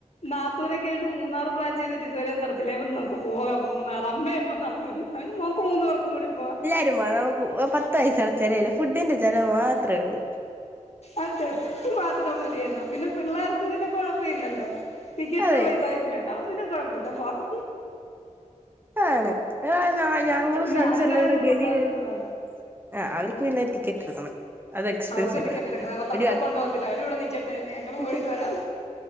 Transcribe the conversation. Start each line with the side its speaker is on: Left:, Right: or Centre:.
Left: നാത്തൂനൊക്കെയായിട്ട് മൂന്നാറ് പ്ലാൻ ചെയ്തിട്ട് ഇതുവരേം നടന്നില്ല. ഇപ്പം നമ്ക്ക് പോകാം മൂന്നാർ അമ്മേം വന്നാ. അയ്ന് നമുക്ക് മൂന്ന് പേർക്കും കൂടിപോവാം.
Right: സത്യം പറഞ്ഞാൽ നമക്ക് പത്ത് പയസേടെ ചെലവില്ല ഫുഡിന്റെ ചെലവ് മാത്രേ ള്ള്
Left: അതെ ഫുഡ് മാത്രം മതിയല്ലോ പിന്നെ പിള്ളാർക്ക് പിന്നെ കൊഴപ്പയില്ലല്ലോ? ടിക്കറ്റ്ന്
Right: അതെ
Left: പൈസായും വേണ്ട അപ്പ പിന്നെ കൊഴപ്പല്ല പോവാം.
Right: ആതാണ് ഞ ഞ ഞങ്ങള്
Left: പിന്നെ
Right: ഫ്രണ്ട്സെല്ലാരൂടെ
Left: ആണുങ്ങളെയൊന്നും
Right: ഗവി
Left: കൊണ്ടു പോവാണ്ടിരുന്നാ
Right: വരെ.
Left: മതി
Right: ആഹ് അവർക്ക്‌ പിന്നെ ടിക്കറ്റേട്‌ക്കണം. അത് എക്സ്പെൻസീവാ
Left: അവർക്ക് ടിക്കറ്റ് എടുക്കണം
Right: എ
Left: അതുകൊണ്ട്
Right: എടി
Left: അവരെ കൊണ്ടു പോകത്തില്ല അവര് ഇവിടെ നിക്കട്ടെന്ന് ഞങ്ങള്
Right: <unintelligible>
Left: പോയിട്ട് വരാം